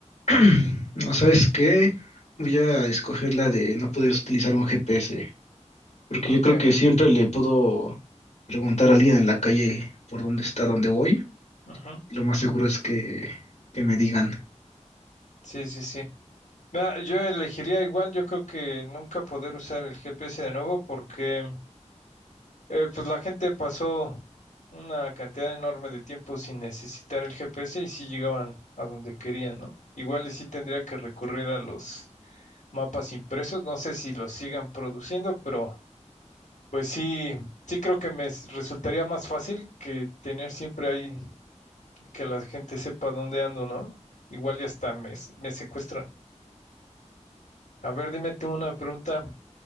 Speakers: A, on the left; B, on the left.
A: <clears throat> No, ¿sabes qué? Voy a escoger la de no poder utilizar un GPS, porque
B: ¿Por
A: yo creo
B: qué?
A: que siempre le puedo preguntar a alguien en la calle por dónde está, dónde voy.
B: Ujú.
A: Lo más seguro es que, que me digan.
B: Sí, sí, sí. Mira, yo elegiría igual, yo creo que nunca poder usar el GPS de nuevo porque eh, pues la gente pasó una cantidad enorme de tiempo sin necesitar el GPS y sí llegaban a donde querían, ¿no? Igual y sí tendría que recurrir a los mapas impresos, no sé si los sigan produciendo, pero pues sí, sí creo que me s- resultaría más fácil que tener siempre ahí que la gente sepa dónde ando, ¿no? Igual y hasta me, s- me secuestran. A ver, dime tú una pregunta.